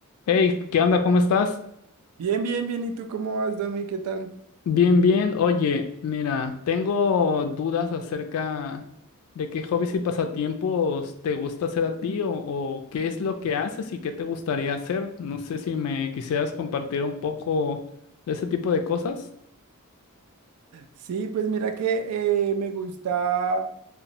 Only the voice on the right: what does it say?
Bien, bien, bien. ¿Y tú cómo vas, Domi? ¿Qué tal?
Sí, pues mira que eh, me gusta,